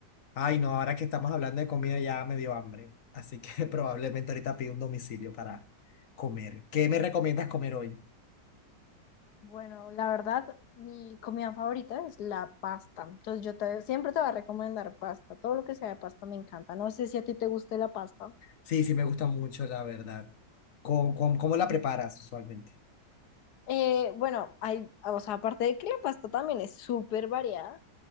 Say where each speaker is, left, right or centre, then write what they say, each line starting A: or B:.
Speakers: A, on the left (about 50°); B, on the left (about 70°).
A: Ay, no, ahora que estamos hablando de comida ya me dio hambre. Así que <laughs> probablemente ahorita pido un domicilio para comer. ¿Qué me recomiendas comer hoy?
B: Bueno, la verdad, mi comida favorita es la pasta. Entonces yo te- siempre te voy a recomendar pasta. Todo lo que sea de pasta me encanta. No sé si a ti te guste la pasta.
A: Sí, sí, me gusta mucho, la verdad. ¿Cómo, cómo, cómo la preparas usualmente?
B: Eh, bueno, hay, o sea, aparte de que la pasta también es súper variada,